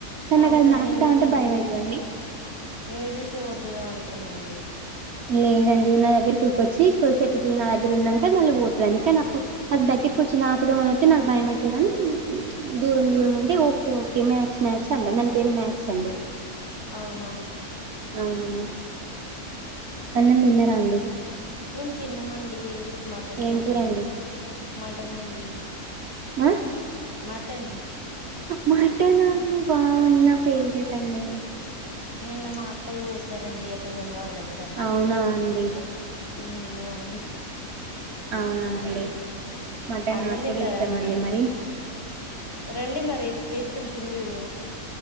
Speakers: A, on the right; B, on the left.
A: కానీ
B: అవును
A: నాకు అది నాకుతా
B: నేను ఇంకా
A: అంటే
B: నిను
A: భయం
B: చూసేత
A: అవుతుందండి
B: నిను చూసే ఓరుతుంది అనుకున్నాండి
A: లేదండి నా దగ్గర కూర్కొచ్చి కొసేప పట్లు నా దగ్గర ఉన్నాక మళ్ళీ పోతుందండి కానీ అప్పుడు అది దగ్గర కొంచెం నాకుదమ్మని వతే నాకు భయం అవుతుంది అనీ దూరం దూరం ఉంటే ఓకే ఓకే మ్యాక్స్ మ్యాక్స్ అండండి దాని పేరు మాక్స్ అండి
B: అవునా
A: అవునండి అన్నం తిన్నరా అండి
B: మేము తిన్నామండి విత్ మటన్
A: ఏం
B: తోటి
A: కూరండి
B: మటన్ అండి
A: ఆ
B: మటన్
A: మటన్ అండి బాగున్న ఫేవరెట్ అండి
B: నిన్న మా అక్కలు కోస సరే అండి ఎక్కడ ఏములవాడ దగ్గర
A: అవునా అండి
B: ఉమ్ అవునండి
A: అవునా అండి మటన్
B: అన్నం
A: నాకు
B: తింటారా
A: కూడా ఇష్టం
B: అండి
A: మరి
B: రండి మరి మొత్తం తిందరు